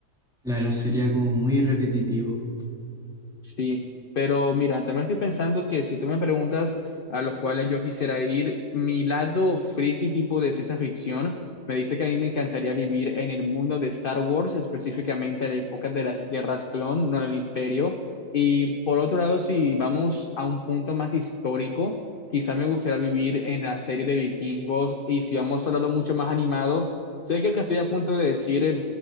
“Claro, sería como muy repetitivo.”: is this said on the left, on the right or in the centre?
Centre